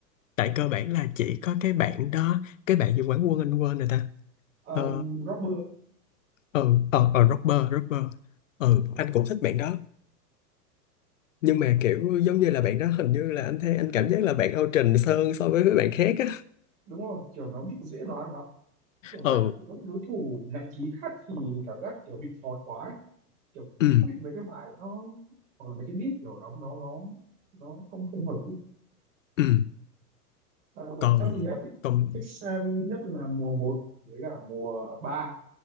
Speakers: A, on the left; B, on the right.
A: tại cơ bản là chỉ có cái bạn đó cái bạn như quán quân anh quên rồi ta
B: um,
A: ờ
B: rapper
A: ờ ờ ờ rapper rapper ừ anh cũng thích bạn đó nhưng mà
B: ờ,
A: kiểu giống như là bạn đó hình như là anh thấy anh cảm giác là bạn out trình hơn so với mấy bạn khác á
B: đúng rồi kiểu nó bị dễ đoán quá kiểu
A: ừ
B: các đối, đối thủ nặng ký khác thì cảm giác kiểu bị thọt quá ấy. kiểu
A: ừ
B: cứ bị mấy cái bài nó hoặc là mấy cái beat kiểu nó nó nó nó không không hợp ý.
A: ừ
B: Ờ,
A: còn
B: em thì em thích,
A: còn
B: thích xem nhất là mùa một với cả mùa ba